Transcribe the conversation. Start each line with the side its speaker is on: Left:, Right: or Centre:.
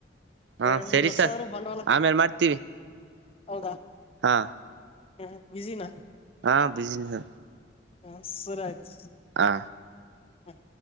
Right: ಹಾ
Left: ಎರಡ್ ಮೂರ್
Right: ಸರಿ
Left: ಲಕ್ಷ
Right: ಸರ್
Left: ಆದ್ರರು ಬಂಡವಾಳ
Right: ಆಮೇಲೆ ಮಾಡ್ತೀವಿ
Left: ಹೌ
Right: ಹಾ
Left: ಹ ಬಿಿಸಿಿನ
Right: ಹಾ ಬಿಸಿನಸ್
Left: ಹಾ ಸರಯ್ತು
Right: ಹಾ
Left: ಹ್ಮ